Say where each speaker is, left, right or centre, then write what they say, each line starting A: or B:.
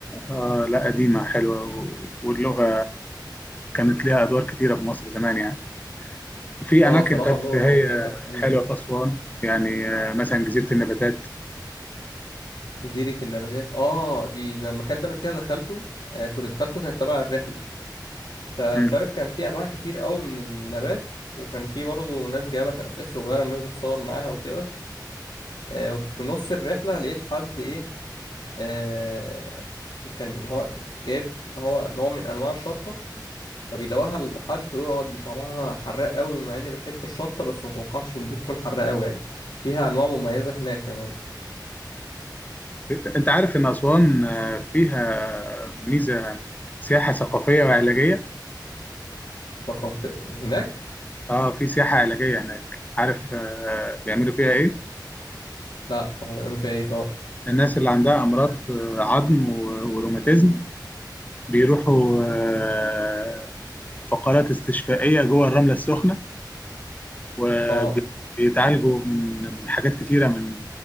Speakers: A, on the left; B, on the left.
A: آه لا قديمة حلوة و- واللغة كانت ليها أدوار كتيرة في مصر زمان يعني وفي
B: اه
A: أماكن
B: صراحة
A: ترفيهية
B: اللغة النوبية كانت جميلة
A: حلوة في أسوان يعني آه، مثلا جزيرة النباتات
B: جزيرة النباتات اه دي ده المكان ده قبل كده دخلته آه كنت دخلته كانت تبع الرحلة فمش
A: مم.
B: عارف كان في انواع كتير قوي من النبات وكان في برضه ناس جايبه تماسيح صغيره الناس بتصور معاها وكده آه، وفي نص الرحله لقيت حد ايه آه كان هو جايب هو نوع من انواع الشطه فبيدوقها لحد فيقول اه دي طعمها حراق قوي مع اني بحب الشطه بس ما توقعتش ان دي تكون حراق قوي يعني فيها انواع مميزه هناك كمان
A: أنت أنت عارف إن أسوان آه، فيها ميزة سياحة ثقافية وعلاجية
B: ثقافه هناك
A: آه في سياحة علاجية هناك عارف آه، بيعملوا فيها إيه؟
B: لا هو بيعملوا فيها ايه طب
A: الناس اللي عندها أمراض آه، عظم و- وروماتيزم بيروحوا آه، فقرات استشفائية جوه الرملة السخنة وبيتعالجوا
B: اه
A: من من حاجات كتيرة من